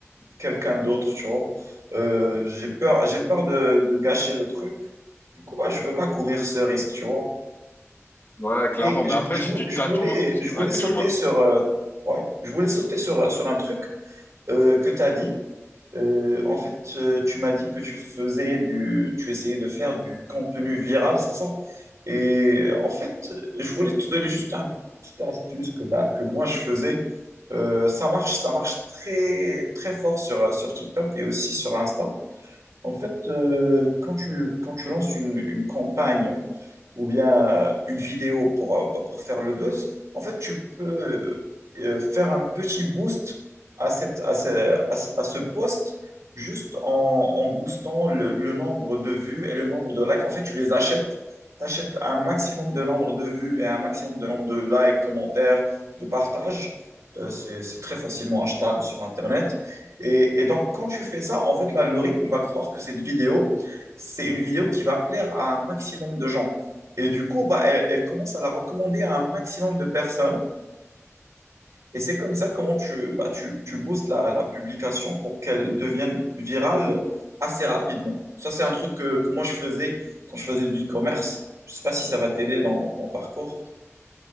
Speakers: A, on the right (about 75°); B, on the left (about 45°).
A: quelqu'un d'autre, tu vois. Euh, j'ai peur, j'ai peur de, de gâcher le truc. Du coup, bah, je veux pas courir ce risque, tu vois.
B: Ouais, clairement.
A: Mais je,
B: Mais après,
A: je
B: si
A: vou-
B: tu
A: je
B: tatoues...
A: voulais, je voulais
B: Ouais,
A: sauter
B: excuse-moi.
A: sur, euh, ouais, je voulais sauter sur, sur un truc euh, que tu as dit. Euh, en fait, euh, tu m'as dit que tu faisais du, tu essayais de faire du contenu viral, c'est ça? Et euh, en fait, je voulais te donner juste un petite astuce que, bah, que moi je faisais. Euh, ça marche, ça marche très, très fort sur, euh, sur TikTok et aussi sur Insta. En fait, euh, quand tu, quand tu lances une, une campagne ou bien euh, une vidéo pour, euh, bah, pour faire le buzz, en fait, tu peux euh, euh, faire un petit boost à, cette, à, ce, à ce- à ce poste juste en, en boostant le, le nombre de vues et le nombre de likes. En fait, tu les achètes, tu achètes un maximum de nombre de vues et un maximum de nombre de likes, commentaires, de partages. Euh, c'est, c'est très facilement achetable sur Internet. Et, et donc, quand tu fais ça, en fait, l'algorithme va croire que cette vidéo, c'est une vidéo qui va plaire à un maximum de gens. Et du coup, bah, elle, elle commence à la recommander à un maximum de personnes. Et c'est comme ça comment tu, bah, tu, tu boostes la, la publication pour qu'elle devienne virale assez rapidement. Ça, c'est un truc que, que moi, je faisais quand je faisais du e-commerce. Je ne sais pas si ça va t'aider dans ton parcours.